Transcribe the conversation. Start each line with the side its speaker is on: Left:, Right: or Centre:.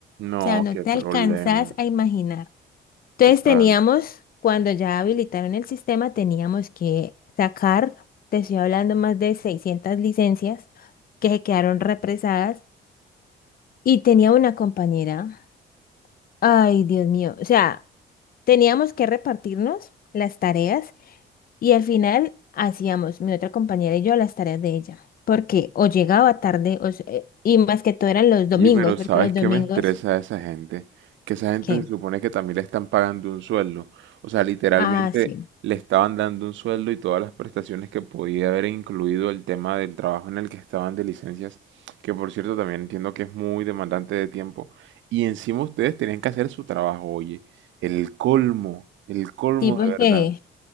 Right: No,
Left: O sea, no
Right: qué
Left: te
Right: problema.
Left: alcanzás a imaginar. Entonces
Right: Total.
Left: teníamos, cuando ya habilitaron el sistema, teníamos que sacar, te estoy hablando más de 600 licencias que se quedaron represadas y tenía una compañera. Ay, Dios mío. O sea, teníamos que repartirnos las tareas y al final hacíamos mi otra compañera y yo las tareas de ella. Porque o llegaba tarde o se- eh, y más que todo eran los domingos,
Right: Oye, pero
Left: porque
Right: ¿sabes
Left: los
Right: qué
Left: domingos,
Right: me estresa de esa gente? Que esa gente
Left: ¿qué?
Right: se supone que también le están pagando un sueldo. O sea, literalmente
Left: Ah, sí.
Right: le estaban dando un sueldo y todas las prestaciones que podía haber incluido el tema del trabajo en el que estaban de licencias, que por cierto también entiendo que es muy demandante de tiempo. Y encima ustedes tenían que hacer su trabajo, oye. El colmo, el colmo
Left: Sí, porque
Right: de verdad.